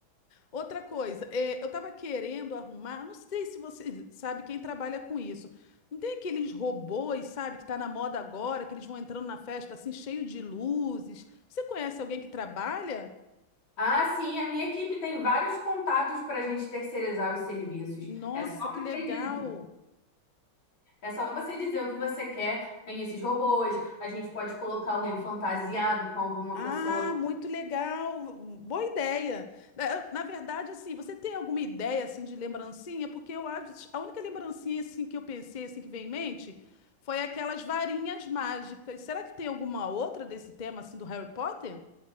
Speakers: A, on the left; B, on the left.
A: Outra coisa, é, eu tava querendo arrumar, eu não sei se você sabe quem trabalha com isso. Não tem aqueles robôs, sabe, que tá na moda agora, que eles vão entrando na festa assim cheio de luzes. Você conhece alguém que trabalha?
B: Ah, sim, a minha equipe tem vários contatos para a gente terceirizar os serviços.
A: Nossa,
B: É só
A: que
B: você
A: legal.
B: dizer. É só você dizer o que você quer. Tem esses robôs, a gente pode colocar alguém fantasiado com alguma
A: Ah,
B: pessoa.
A: muito legal, boa ideia. Na, na verdade, assim, você tem alguma ideia assim de lembrancinha? Porque eu acho, a única lembrancinha assim que eu pensei assim que vem em mente foi aquelas varinhas mágicas. Será que tem alguma outra desse tema assim do Harry Potter?